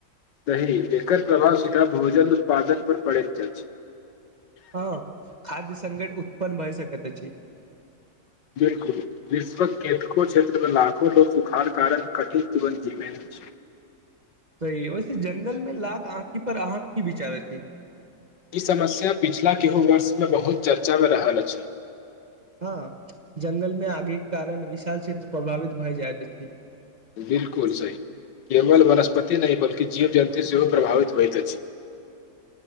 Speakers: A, on the left; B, on the right.
A: सही एकर प्रभाव सीधा भोजन उत्पादन पर पड़ैत अछि
B: हँ खाद्यसंकट उत्पन्न भए सकत अछि
A: बिलकुल विश्व केतको क्षेत्र मे लाखो लोग सुखाड़ कारण कठिन जीवन जीबे <inaudible>
B: सही वैसे जंगल मे लाग आँखि पर अहाँक की विचार अछि
A: ई समस्या पछिला केहू वर्षमे बहुत चर्चामे रहल अछि
B: हँ जंगल मे आगे के कारण विशाल क्षेत्र प्रभावित भए जाइत अछि
A: बिलकुल सही केवल वनस्पति नहि बल्कि जीव जन्ती सेहो प्रभावित होइत अछि <inaudible>